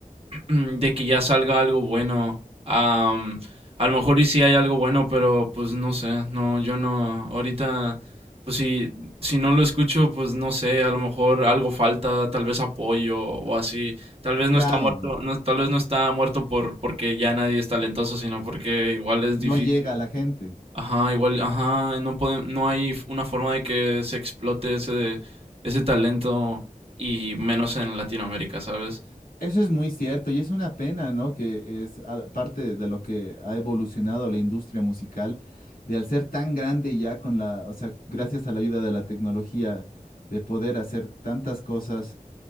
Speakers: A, on the right (about 45°); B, on the left (about 85°).
A: mm, de que ya salga algo bueno. Am, a lo mejor y sí hay algo bueno, pero pues no sé, no, yo no, ahorita, pues si, si no lo escucho, pues no sé, a lo mejor algo falta, tal vez apoyo o así, tal vez no
B: Claro,
A: está muerto, no, tal vez no está muerto por, porque ya nadie es talentoso, sino porque igual es
B: no
A: difícil.
B: llega a la gente.
A: Ajá, igual, ajá, no puede- no hay f- una forma de que se explote ese, ese talento y menos en Latinoamérica, ¿sabes?
B: Eso es muy cierto y es una pena, ¿no? Que es a- parte de lo que ha evolucionado la industria musical, de al ser tan grande ya con la, o sea, gracias a la ayuda de la tecnología, de poder hacer tantas cosas,